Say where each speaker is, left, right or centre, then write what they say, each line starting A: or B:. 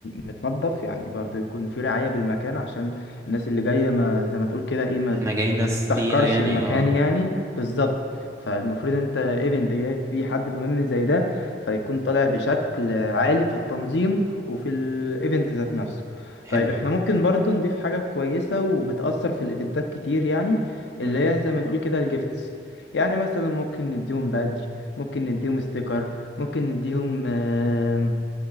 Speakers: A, on the left; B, on the right.
A: متنظف يعني برضه يكون في رعاية بالمكان عشان الناس اللي جاية ما زي ما تقول كده ايه ما
B: احنا جايين ناس
A: ما تستحقرش
B: تقيله يعني
A: المكان
B: اه
A: يعني بالظبط فالمفروض انت ايفنت جاي فيه حد مهم زي ده فيكون طالع بشكل عالي في التنظيم وفي الايفنت ذات نفسه
B: حلو
A: طيب احنا ممكن برضه نضيف حاجة كويسة وبتأثر في الايفنتات كتير يعني اللي
B: امم
A: هي زي ما نقول كده الجيفتس يعني مثلا ممكن نديهم بادج ممكن نديهم ستيكر ممكن نديهم آم،